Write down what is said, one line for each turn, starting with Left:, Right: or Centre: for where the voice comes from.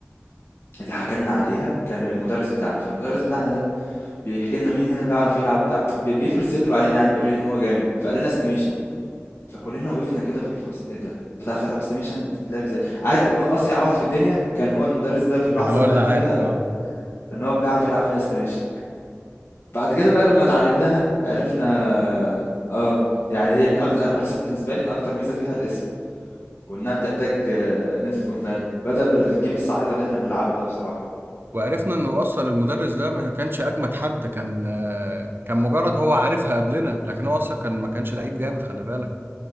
Left: اللي حكى لنا عليها كان المدرس بتاعنا فالمدرس بتاعنا ده بيحكي لنا مين هنا بيعرف يلعب وبتاع بي- بيفرد صدره علينا يعني بيورينا ان هو جامد فقال لنا استيميشن فكلنا وقفنا كده في الفصل ايه ده بتعرف تلعب استيميشن بتلعب ازاي عارف اللي هو اصيع واحد في الدنيا كان هو المدرس ده في اللحظه
Right: كان هو
Left: اللي
Right: اللي
Left: قال
Right: عارف
Left: فيها
Right: اه
Left: ان هو بيعرف يلعب فيها استيميشن بعد كده بقى لما اتعلمناها عرفنا اه يعني هي اكتر انا حسيت بالنسبه لي ان اكتر ميزه فيها الاسم وانها بتحتاج آه، ان انت تكون فاهمها بدل ما الجيم الصعيده اللي احنا بنلعبه ده بصراحه
Right: وعرفنا انه اصلا المدرس ده ما كانش اجمد حد كان آه، كان مجرد هو عارفها قبلنا لكن هو اصلا كان ما كانش لعيب جامد خلي بالك